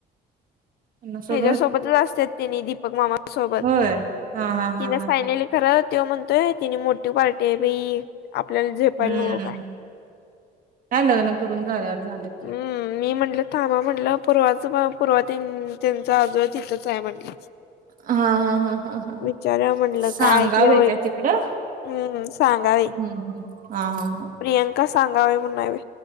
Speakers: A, on the right (about 55°); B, on the left (about 75°).
A: लग्नासोबत
B: हच्यासोबतच असत्यात तिने दीपक मामा सोबत
A: होय हा हा हा
B: तिन
A: हा
B: सांगितल.
A: हा
B: खर तो म्हणतोय तिने मोठी पार्टी आहे बाई आपल्याला झेपायला
A: हम्म
B: नको काय.
A: काय लग्न करून झाल्यावर झालं की
B: हम्! मी म्हंटलं थांबा म्हटलं पूर्वाच पूर्व दादू आहें तिथंच आहे म्हणली.
A: हा हा हा हा हा
B: विचारुया म्हणलं
A: सांगावे
B: काय तुझ्या ओळ
A: काय
B: हम्म
A: तिकडं
B: हम्म, सांघावे.
A: हम्म हम्म हा हा हा.
B: प्रियांका सांघावे म्हणून आहे बाई